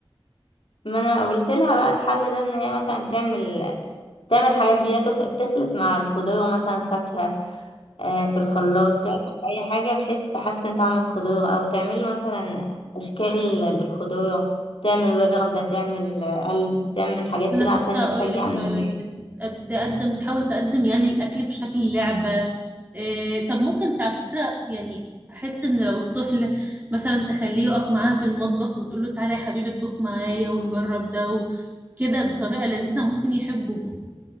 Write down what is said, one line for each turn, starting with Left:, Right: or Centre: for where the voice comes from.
Left: ما أنا قلت لها بقى الحل ده إن هي مثلا تعمل تعمل حاجات جديدة تخ- تخلط مع الخضار مثلا فاكهة آه، في الخلاط تعمل اي حاجه بحيث تحسن طعم الخضار او تعمل مثلا اشكال بالخضار تعمل وردة تعمل قلب تعمل حاجات
Right: ما
Left: كده
Right: انا
Left: عشان
Right: كنت اقول
Left: يتشجع
Right: لك
Left: النهاية
Right: فعلا كده. تقدم تحاول تقدم يعني الاكل بشكل لعبه إيه طب ممكن على فكره يعني احس ان لو الطفل مثلا تخليه يقف معاها في المطبخ وتقول له تعالى يا حبيبي اطبخ معايا ونجرب ده وكده بطريقه لذيذه ممكن يحبه